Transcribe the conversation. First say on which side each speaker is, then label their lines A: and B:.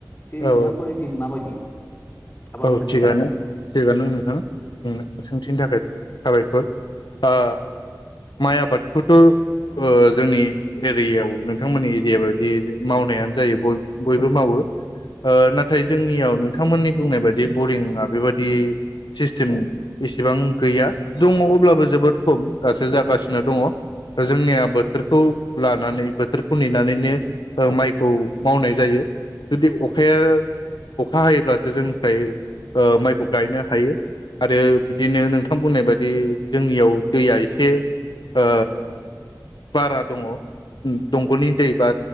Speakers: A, on the left; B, on the left.
A: थिग
B: औ
A: नोंथांमोननि थिं माबायदि? आबाद
B: औ
A: मावनाय जायो
B: थिगानो थिगानो नोंथां सोंना सोंथिनि थाखाय साबायखर आ माय आबाद खौथ ओ जोंनि एरियायाव नोंथांमोननि एरिया बायदि मावनायानो जायो बय-बयबो मावो ओ नाथाय जोंनियाव नोंथांमोननि बुंनाय बायदि बरिंआ बेबायदि सिस्टेम इसेबां गैया दङ अब्लाबो जोबोद खम दासो जागासिनो
A: औ
B: दङ जोंनिया बोथोरखौ लानानै बो थोरखौ नेनानैनो
A: औ औ
B: ओ माइ खौ मावनाय जायो जुदि अखाया अखा हायोब्ला जे जों थाय ओ माइखौ गायनो हायो। आरो बिदिनो नोंथां बुंनाय बायदि जोंनियाव दैया एसे आ बारा दङ दंगलनि दै बा